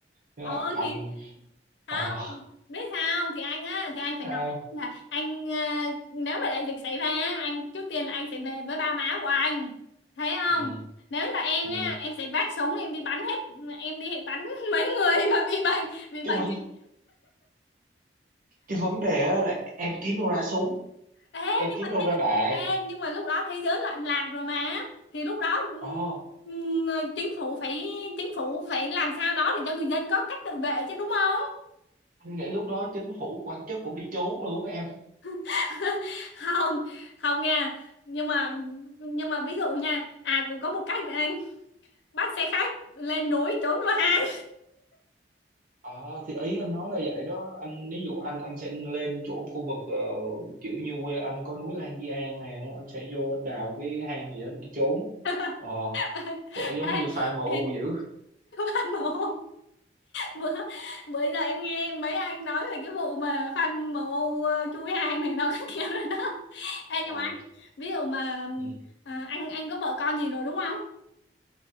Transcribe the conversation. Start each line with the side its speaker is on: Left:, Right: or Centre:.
Right: chứ
Left: ừ
Right: anh
Left: thì không
Right: ờ
Left: biết sao không? thì anh á thì anh
Right: sao
Left: phải nói là anh ờ, nếu mà đại dịch xảy ra anh trước tiên là anh sẽ về với ba má của anh thấy không
Right: ừ,
Left: nếu là em
Right: ừ.
Left: nha em sẽ vác súng em đi bắn hết em đi bắn <laughs> mấy người mà bị bệnh bị bệnh
Right: cái vấn cái vấn đề á là em kiếm đâu ra súng
Left: Ê,
Right: em
Left: nhưng
Right: kiếm
Left: mà
Right: đâu
Left: thế,
Right: ra đạn
Left: ê, nhưng mà lúc đó thế giới loạn lạc rồi mà thì lúc đó ừm,
Right: ờ
Left: ừm, chính phủ phải chính phủ phải làm sao đó để cho người dân có cách tự vệ chứ đúng không
Right: anh nghĩ lúc đó chính phủ quan chức cũng đi trốn luôn em
Left: <laughs> không không nha nhưng mà nhưng mà ví dụ nha à cũng có một cách này anh bắt xe khách lên núi trốn vào hang
Right: Ờ thì ý anh nói là vậy đó anh ví dụ anh anh sẽ lên chỗ khu vực ờ, kiểu như quê anh có núi Lan Di An nè anh sẽ vô anh đào cái hang gì đó để trốn
Left: <laughs>
Right: ờ kể giống
Left: ê,
Right: như fan MU
Left: ê,
Right: dữ
Left: phát nổ bữa bữa giờ em nghe mấy anh nói về cái vụ mà fan MU u chui hàng này nó cái kiểu này đó Ê,
Right: ờ,
Left: nhưng mà anh ví dụ mà
Right: ừ.
Left: à, anh anh có vợ con gì rồi đúng không